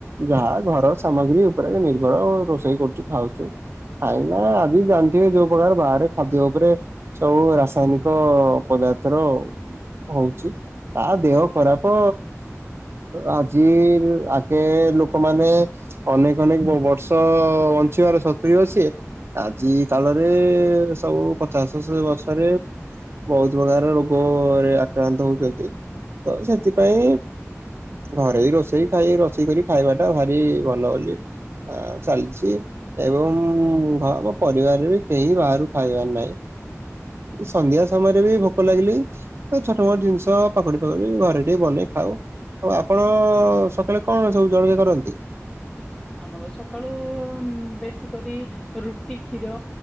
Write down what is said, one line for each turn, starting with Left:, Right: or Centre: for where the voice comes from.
Right: ଯାହା ଘର ସାମଗ୍ରୀ ଉପରେ ନିର୍ଭର ରୋଷେଇ କରୁଚୁ ଖାଉଚୁ। କାହିଁକି ନା ଆଜି ଜାଣିଥିବେ ଯୋଉ ପ୍ରକାର ବାହାରେ ଖାଦ୍ୟ ଉପରେ ସବୁ ରାସାୟନିକ ପଦାର୍ଥର ହଉଚି ତା ଦେହ ଖରାପ ଆଜି ଆଗେ ଲୋ ଲୋକମାନେ ଅନେକ ଅନେକ ବର୍ଷ ବଞ୍ଚିବାର ସ ଅଛି। ଆଜି କାଳରେ ସବୁ ପଚାଶ ବର୍ଷରେ ବହୁତ ପ୍ରକାର ରୋଗରେ ଆକ୍ରାନ୍ତ ହଉଛନ୍ତି। ତ ସେଥିପାଇଁ ଘରେ ବି ରୋଷେଇ ଖାଇ ରୋଷେଇ କରି ଖାଇବାଟା ଭାରି ଭଲ ବୋଲି ଆ ଚାଲିଛି। ଏବଂ ଘର ଆମ ପରିବାରରେ ବି କେହି ବାହାରୁ ଖାଇବାର ନାହିଁ। ସନ୍ଧ୍ୟା ସମୟରେ ବି ଭୋକ ଲାଗିଲି ଛୋଟ ମୋଟ ଜିନିଷ ପକୁଡି ପକୁଡି ଘରେ ଟିକେ ବନେଇ ଖାଉ। ଆଉ ଆପଣ ସକାଳେ କଣ ସବୁ ଜଳଖିଆ କରନ୍ତି?
Left: ଆମର ସକାଳୁ ବେଶୀ କରି ରୁଟି, କ୍ଷୀର।